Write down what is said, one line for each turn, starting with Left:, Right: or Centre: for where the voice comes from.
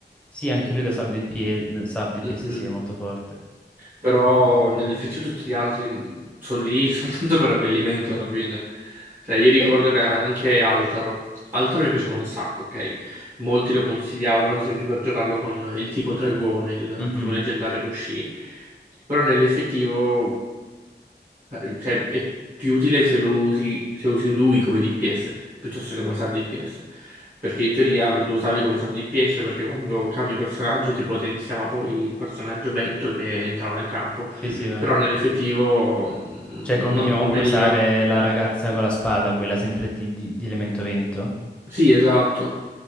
Centre: Sì, anche lui da sub DPS, sub DPS
Right: Mhm.
Centre: sì, è molto forte.
Right: Però nell'effettivo tutti gli altri sono lì <laughs> soltanto per abbellimento alla fine. Cioè, io ricordo
Centre: Poi-
Right: che anche Altaro. Altaro mi piaceva un sacco, ok? Molti lo consigliavano, ad esempio, per giocarlo con il tipo dragone, il
Centre: Mhm.
Right: il primo leggendario che uscì. Però nell'effettivo. Eh, Cioè, è più utile se lo usi, se usi lui come DPS piuttosto che come sub DPS. Perché in teoria lo usavi come sub DPS perché quando cambi personaggio ti potenziava poi il personaggio vento che entrava in campo.
Centre: Sì, sì, è vero.
Right: Però nell'effettivo mm,
Centre: Cioè, conveniva
Right: non conveniva.
Centre: comunque usare la ragazza con la spada, quella sempre di, di- di elemento vento.
Right: Sì, esatto.